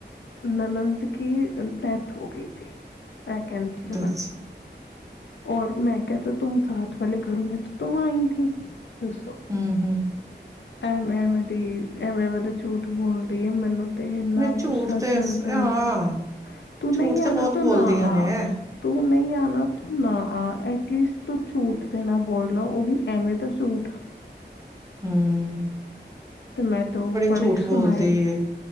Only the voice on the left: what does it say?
ਨਨੰਦ ਦੀ ਕੀ ਡੈਥ ਹੋ ਗਈ ਥੀ, ਇਹ ਕਹਿੰਦੀ ਏ ਮੈਨੂੰ।
ਔਰ ਮੈਂ ਕਿਹਾ ਤਾਂ ਤੁਮ ਸਾਥ ਵਾਲੇ ਘਰੋਂ ਮੈਂ ਤੋ ਤੁਮ ਆਈ ਥੀ ਦੱਸੋ।
ਐਵੇਂ -ਐਵੇਂ ਦੀ, ਐਵੇਂ -ਐਵੇਂ ਤਾਂ ਝੂਠ ਬੋਲਦੀ ਹੈ। ਮੈਨੂੰ ਤੇ ਇੰਨਾ
ਗੁੱਸਾ
ਚੜ੍ਹਦਾ
ਨਾ ਤੂੰ
ਨਹੀਂ ਆਨਾ
ਤੂੰ
ਨਾ ਆ-
ਤੂੰ ਨਹੀਂ ਆਣਾ ਤੂੰ ਨਾ ਹਾਂ। ਐਟਲੀਸਟ ਤੂੰ ਝੂਠ ਦੇ ਨਾਲ ਬੋਲੋ, ਉਹ ਵੀ ਐਵੇਂ ਦਾ ਝੂਠ
ਤੇ ਮੈਂ ਤ ਪੜ੍ਹੀ
ਸੁਣਾਈ,